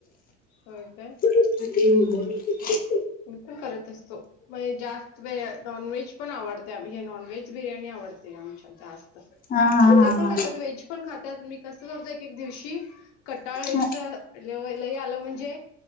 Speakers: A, on the left; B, on the left.
A: होय काय.
B: <unintelligible>
A: मी पण करत असतो. व्हयं जास्त व नॉनव्हेज पण आवडते. हे नॉनव्हेज बिर्याणी आवडते आमच्यात जास्तं.
B: हा हा
A: ते पण
B: हा
A: खात्यात व्हेज पण खात्यात. मी कस एक एक दिवशी कटाळ लै दिवस
B: हा
A: लय आलं म्हणजे.